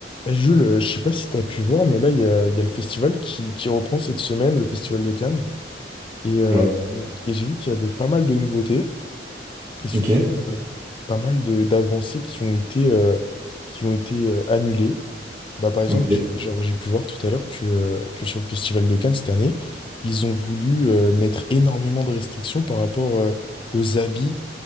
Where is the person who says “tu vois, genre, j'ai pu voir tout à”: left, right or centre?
Left